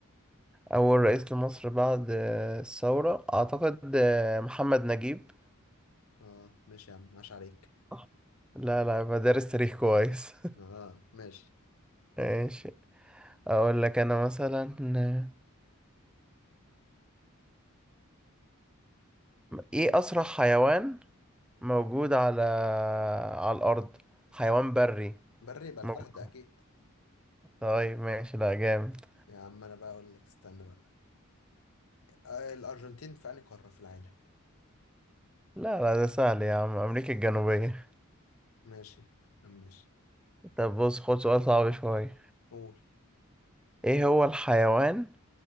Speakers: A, in the centre; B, on the left.
A: أول رئيس لمصر بعد آه، الثورة أعتقد آه، محمد نجيب
B: اه ماشي يا عم عاش عليك
A: صح لا لا بدرس تاريخ كويس
B: اه ماشي
A: <laughs> ماشي أقول لك أنا مثلا آه، إيه أسرع حيوان موجود على على الأرض حيوان بري
B: بري يبقى
A: موجود
B: الفهد اكيد
A: طيب ماشي لا جامد
B: يا عم انا بقى اقول لك استنى بقى آه، الارجنتين في انهي قاره في العالم
A: لا لا ده سهل يا عم أمريكا الجنوبية
B: ماشي ماشي
A: طب بص خد سؤال صعب شوية
B: قول
A: إيه هو الحيوان